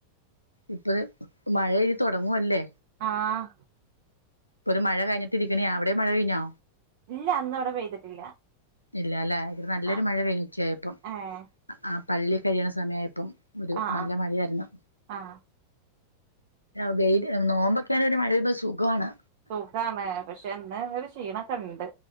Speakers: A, on the left; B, on the right.
A: ഇപ്പോ മഴ ഇനി തുടങ്ങുവല്ലേ
B: ആഹ്
A: ഒരു മഴ കഴിഞ്ഞിട്ട് ഇരിക്കണയാ അവിടെ മഴ കഴിഞ്ഞോ?
B: ഇല്ല ഇന്ന് ഇവിടെ പെയ്തിട്ടില്ല.
A: ഇല്ലലേ ഇവിടെ നല്ലൊരു
B: ആഹ്
A: മഴ പെയ്തു ഉച്ചയായപ്പോൾ
B: ഏഹ്
A: ആ പള്ളി കഴിയുന്ന സമയായപ്പോ ഇവിടെയും
B: ആഹ്
A: നല്ല
B: ആഹ്
A: മഴയായിരുന്നു.
B: ആഹ്
A: ആഹ് വെയില് നോമ്പൊക്കെയാണെങ്കി ഒരു മഴ പെയ്യുമ്പോ സുഖണ്.
B: സുഖാണ് പക്ഷെ എന്തായാലും ഒരു ക്ഷീണൊക്കെ ഇണ്ട്.